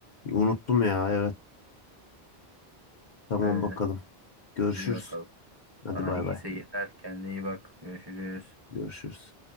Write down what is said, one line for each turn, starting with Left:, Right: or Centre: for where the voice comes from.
Left: Unuttum ya evet. Tamam
Right: Öyle.
Left: bakalım. Görüşürüz.
Right: İyi bakalım.
Left: Hadi
Right: Sana
Left: bay
Right: iyi
Left: bay.
Right: seyirler. Kendine iyi bak. Görüşürüz.
Left: Görüşürüz.